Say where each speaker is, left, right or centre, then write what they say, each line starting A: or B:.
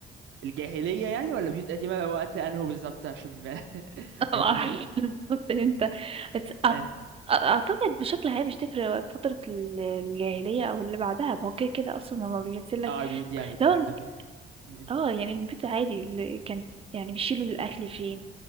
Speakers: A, on the right (about 75°); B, on the right (about 30°).
A: الجاهلية يعني ولا بيوت قديمة وقت أنهو بالظبط عشان ما <laughs>
B: <laughs>
A: البيوت
B: معرفش
A: دي-
B: بالظبط امتى بس أ
A: اه
B: أعتقد بشكل عام مش تفرق فترة ال الجاهلية أو اللي بعدها، ما هو كده، كده أصلًا هو بينزل لك
A: آه، البيوت دي يعني منطقي
B: اللي هو
A: أم، أم.
B: آه، يعني البيت عادي ال كان يعني بيشيلوا الأكل فين،